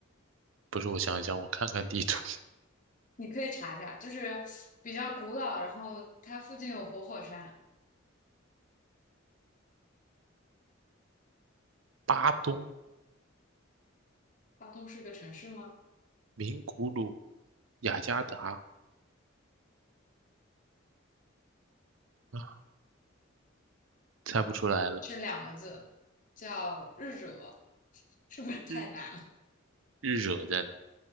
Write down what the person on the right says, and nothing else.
不是我想一想，我看看地图。
巴东、
名古鲁、雅加达啊，猜不出来了。
日日惹在哪？